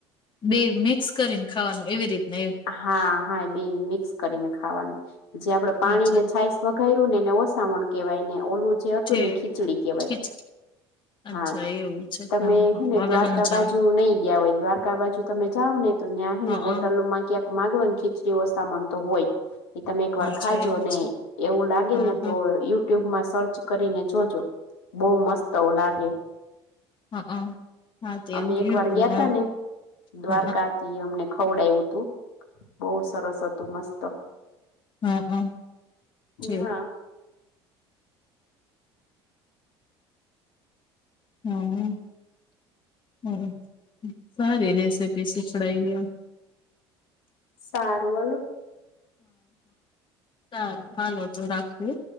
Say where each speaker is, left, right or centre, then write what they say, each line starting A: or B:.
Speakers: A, on the left (about 35°); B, on the left (about 70°).
A: બે મિક્સ કરીને ખાવાનું એવી રીતના
B: હા હા એ બે મિક્સ કરીને ખાવાનું જે આપડે પાણી
A: અચ્છા
B: ને છાય વઘાઈું નેને ઓસામણ કેવાય ને ઓલું જે હતું
A: ઠીક
B: ને ખીચડી કેહેવાય
A: ખીચ અચ્છા
B: હા
A: એવું છે
B: તમે
A: હા હા
B: હેને
A: હવે
B: દ્વારકા
A: સમજાણું
B: બાજુ નઈ ગયા હોય દ્વારકા બાજુ તમે જાઓ ને તો ત્યાં હે
A: હા
B: ને હોટલમાં ક્યાંક માગવા ને ખીચડી ઓ સામાન તો હોય એ તમે એક વાર
A: અચ્છા
B: ખાજો
A: એવું
B: ને
A: છે
B: એવું લાગે
A: હા
B: ને તો
A: હા
B: યુ યુટ્યુબમાં સર્ચ કરીને જોજો બહ મસ્ત લાગે
A: હા હા હા તે
B: અમે એક
A: યુટ્યુબમાં
B: વાર ગયા ત ને દ્વારકા
A: હ
B: અમને ખવડાયું હતું બહુ સરસ હતું મસ્ત
A: હમ હમ છેી
B: હા
A: હમ હમ સારી રેસીપી શીખડઈ ગ
B: સારું વાલું
A: હહસારું હાલો તો રાખવું